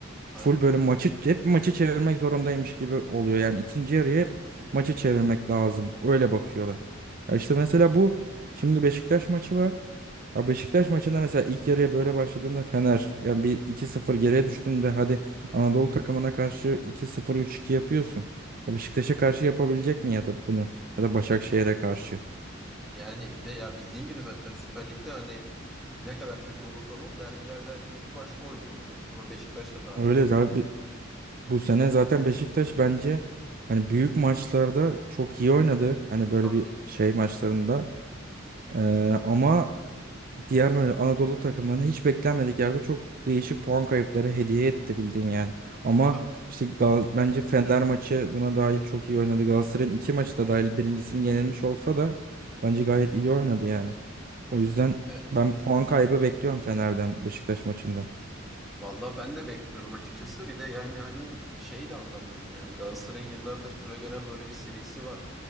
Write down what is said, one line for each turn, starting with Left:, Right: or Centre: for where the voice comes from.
Centre: aynen.
Right: full böyle maçı hep maçı çevirmek zorundaymış gibi oluyor. Yani ikinci yarıya hep maçı çevirmek lazım. Öyle bakıyorlar. Ya işte mesela bu şimdi Beşiktaş maçı var. Ya Beşiktaş maçında mesela ilk yarıya böyle başladığında Fener yani bir iki sıfır geriye düştüğünde hadi Anadolu takımına karşı iki sıfır üç iki yapıyorsun. Ya Beşiktaş'a karşı yapabilecek mi ya da bunu ya da Başakşehir'e karşı?
Centre: Yani bir de ya bildiğin gibi zaten Süper Lig'de hani ne kadar kötü olursan ol derbilerde herkes bir başka oynuyor yani. Buna Beşiktaş da dahil.
Right: Öyle zaten bu sene zaten Beşiktaş bence hani büyük maçlarda çok iyi oynadı. Hani böyle
Centre: Tabii,
Right: bir şey maçlarında. Ee, ama diğer böyle Anadolu takımlarını hiç beklenmedik yerde çok değişik puan kayıpları hediye etti bildiğin yani. Ama
Centre: tabii.
Right: işte Gal bence Fener maçı buna dahil çok iyi oynadı. Galatasaray'ın iki maçı da dahil birincisini yenilmiş olsa da bence gayet iyi oynadı yani. O yüzden
Centre: Yani,
Right: ben puan kaybı bekliyorum Fener'den Beşiktaş maçında.
Centre: Valla ben de bekliyorum açıkçası. Bir de yani hani şeyi de anlamıyorum yani Galatasaray'ın yıllardır süregelen böyle bir serisi var.